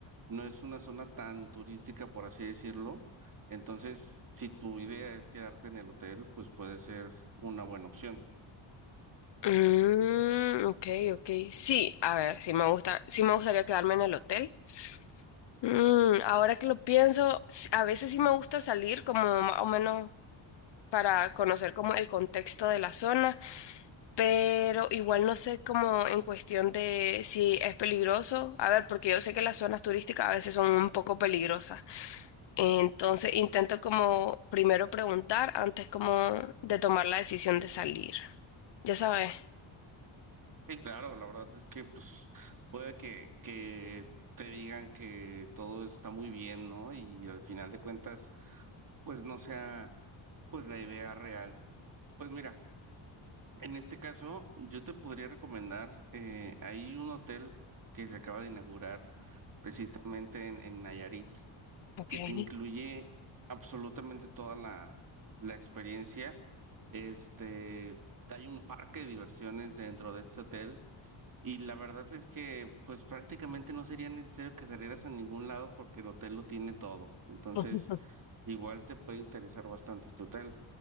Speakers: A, on the right; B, on the left.
A: No es una zona tan turística, por así decirlo. Entonces, si tu idea es quedarte en el hotel, pues puede ser una buena opción.
B: Mm, ok, ok. Sí, a ver, sí me gusta, sí me gustaría quedarme en el hotel. Mm, ahora que lo pienso, s- a veces sí me gusta salir como más o menos para conocer como el contexto de la zona, pero igual no sé como en cuestión de si es peligroso. A ver, porque yo sé que las zonas turísticas a veces son un poco peligrosas. Entonces intento como primero preguntar antes como de tomar la decisión de salir. Ya sabes.
A: Sí, claro, la verdad es que pues puede que, que te digan que todo está muy bien, ¿no? Y al final de cuentas, pues no sea pues la idea real. Pues mira, en este caso yo te podría recomendar, eh, hay un hotel que se acaba de inaugurar precisamente en, en Nayarit,
B: Okay.
A: que te incluye absolutamente toda la, la experiencia. Este, hay un parque de diversiones dentro de este hotel y la verdad es que pues prácticamente no sería necesario que salieras a ningún lado porque el hotel lo tiene todo. Entonces,
B: <laughs>
A: igual te puede interesar bastante este hotel.